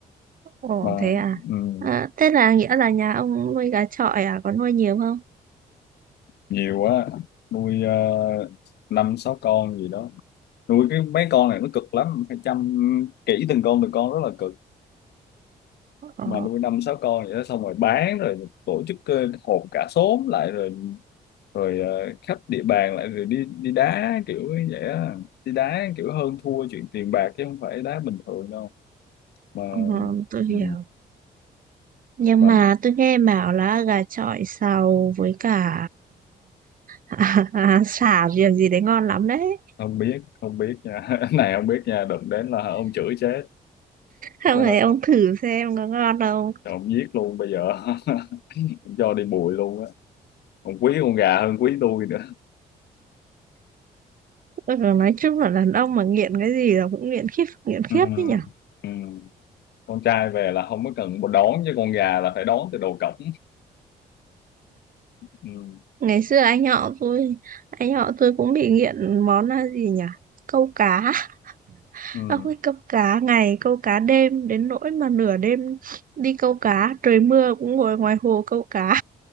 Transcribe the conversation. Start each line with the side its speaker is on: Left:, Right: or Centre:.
Right: ồ
Left: mà
Right: thế à
Left: ừm,
Right: Ờ, thế là nghĩa là nhà ông nuôi gà chọi à có nuôi nhiều không
Left: nhiều quá nuôi uh, năm sáu con gì đó nuôi cái mấy con này nó cực lắm phải chăm kỹ từng con từng con rất là cực
Right: ờ,
Left: mà nuôi năm sáu con vậy đó xong rồi bán rồi tổ chức ờ, họp cả xóm lại rồi rồi ờ, khắp địa bàn lại rồi đi đi đá kiểu như vậy á đi đá kiểu hơn thua chuyện tiền bạc chứ không phải đá bình thường đâu mà
Right: ờ, tôi hiểu
Left: ừ.
Right: nhưng
Left: mà
Right: mà tôi nghe bảo là gà chọi xào với cả <laughs> à, sả riềng gì đấy ngon lắm đấy
Left: không biết không biết nha <laughs> Cái này không biết nha đụng đến là ông chửi chết
Right: không
Left: nên
Right: này
Left: là
Right: ông thử xem có ngon không
Left: ông giết luôn bây giờ <laughs> Ông cho đi bụi luôn á ông quý con gà hơn quý tôi nữa
Right: ừ, nói chung là đàn ông mà nghiện cái gì là cũng nghiện khiếp nghiện khiếp
Left: ừ.
Right: đấy nhỉ
Left: Ừ. con trai về là không có cần một đón chứ con gà là phải đón từ đầu cổng ừ.
Right: ngày xưa anh họ tôi anh họ tôi cũng bị nghiện món là gì nhỉ câu cá <laughs>
Left: Ừ.
Right: ông ấy câu cá ngày câu cá đêm đến nỗi mà nửa đêm đi câu cá trời mưa cũng ngồi ngoài hồ câu cá